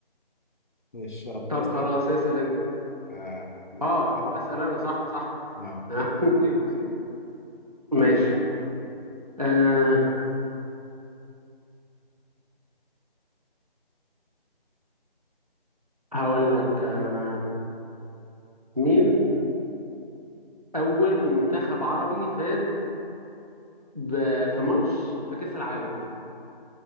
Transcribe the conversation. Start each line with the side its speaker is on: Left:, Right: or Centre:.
Left: إن شاء الله
Right: طب
Left: اسأل
Right: خلاص
Left: أنت
Right: اسأل انت
Left: آه، أنت
Right: اه
Left: بقى
Right: اسال انا صح صح
Left: آه.
Right: انا <laughs> نسيت نسيت ماشي أه هقول لك أه مين اول منتخب عربي فاز ب- في ماتش في كاس العالم